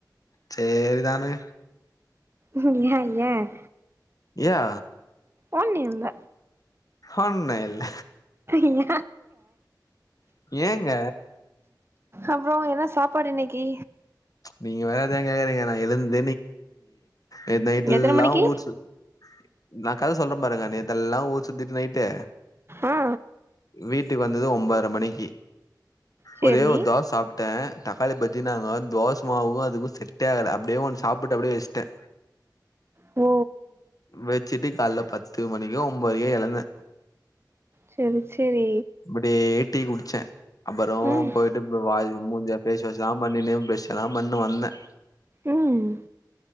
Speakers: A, on the left; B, on the right.
A: சேரிதானே
B: ஏன் ஏன்
A: யா
B: ஒன்னி இல்ல
A: ஒண்ணு இல்ல
B: இங்க
A: ஏங்க
B: அப்றோ என்ன சாப்பாடு இன்னக்கி
A: நீங்க வராதுன் கேக்காதீங்க நா எழுந் <unintelligible> நேத் நைட்டெல்லா
B: எத்தன மணிக்கி
A: ஊர் சுத் நா கத சொல்ற பாருங்க நேத் த்தெல்லா ஊர் சுத்திட்டு நைட்டு
B: ஆ
A: வீட்டுக்கு வந்தது ஒன்பதர மணிக்கு
B: சேரி
A: ஒரே ஒரு தோஸ் சாப்ட தக்காளி பச் ஜின்னாங்க தோச மாவுக்கு அதுக்கு செட்டே ஆகல அப்டியே ஒன் சாப்ட்டு அப்டியே வஷ்ட்ட
B: ஓ
A: வெச்சிட்டு காய்ல பத்து மணிக்கு ஒம்பரைக்கே எழுந்த
B: செரி செரி
A: அப்டியே டீ குடிச்ச அப்பற
B: ம்
A: போயிட்டு வாயி மூஞ்ச ஃபேஸ் வாஷ் லாம் பண்ணினு ப்ரஸ்ஸல்லா பண்ணு வந்த
B: ம்